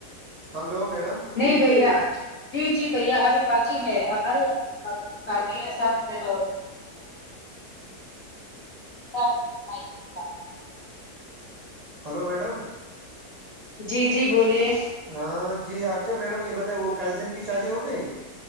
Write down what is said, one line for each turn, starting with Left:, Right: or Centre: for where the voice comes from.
Right: ہلو میڈم
Left: نہیں بھیا جی جی بھیا ابھی باقی ہے ہمارے یہاں باقی ہے سات مٹ اور کرنا۔
Right: ہلو میڈم
Left: جی جی بولیے
Right: ہاں جی اچھا میڈم یہ بتیں وہ قزین کی شادی ہو گئی